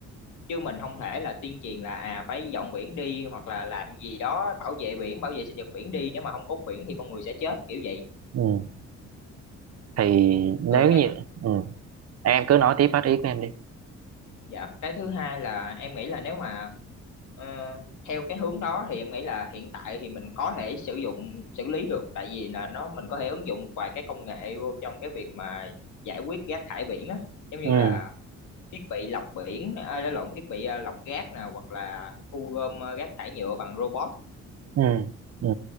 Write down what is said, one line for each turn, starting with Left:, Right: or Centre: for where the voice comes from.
Left: chứ mình không thể là tuyên truyền là à phải dọn biển đi hoặc là làm gì đó bảo vệ biển bảo vệ sinh vật biển đi nếu mà không có biển thì con người sẽ chết kiểu vậy
Right: ừ. thì nếu
Left: rồi cái
Right: như ừ em cứ nói tiếp hết ý của em đi
Left: Dạ, cái thứ hai là em nghĩ là nếu mà ờ, theo cái hướng đó thì em nghĩ là hiện tại thì mình có thể sử dụng xử lý được tại vì là nó mình có thể ứng dụng một vài cái công nghệ vô trong cái việc mà giải quyết rác thải biển á, giống như
Right: ừ
Left: là thiết bị lọc biển, à, lộn thiết bị à, lọc rác nè hoặc là thu gom à, rác thải nhựa bằng robot.
Right: ừ ừ